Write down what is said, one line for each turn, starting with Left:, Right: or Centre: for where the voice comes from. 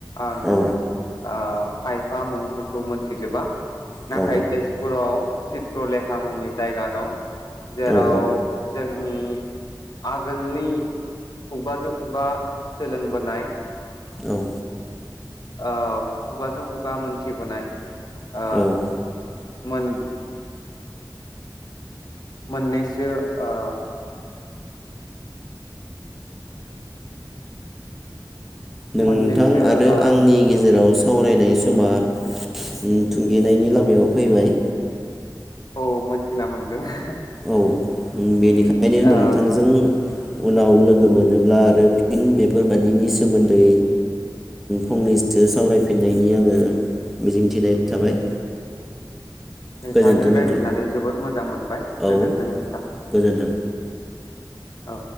Left: आं
Centre: औ
Left: ओ। फाइ फा मुंफोरखौ मोनथिजोबा नाथाय
Centre: औ
Left: तेजपुराव चित्र लेखा मुंनि जायगा दं जेराव
Centre: औ
Left: जोंनि आगोलनि खुगाजौ खुगा बा सोलोंबोनाय
Centre: औ।
Left: ओ खुगाजों खुगा मोनथिबोनाय। ओ।
Centre: औ
Left: मोन मोननैसो ओ।
Centre: नोंथां
Left: मोननैसो
Centre: आरो
Left: ओ
Centre: आंनि गेजेराव सावरायनाय समा थुंगेनायनि लामायाव फैबाय
Left: औ मोनथिना मोनदों <inaudible>
Centre: औ बेनिखायनो नोंथांजों
Left: ओ
Centre: उनाव लोगो मोनोब्ला आरो फिन बेफोरबादिनि सोमोन्दै फंनैसो सावरायफिननायनि आङो मिजिंथिनाय थाबाय
Left: नोंथांजों
Centre: गोजोन्थों नोंथां
Left: रायज्लायनानै जोबोद मोजां मोनबाय
Centre: औ
Left: गोजोन्थों नोंथां
Centre: गोजोन्थों
Left: औ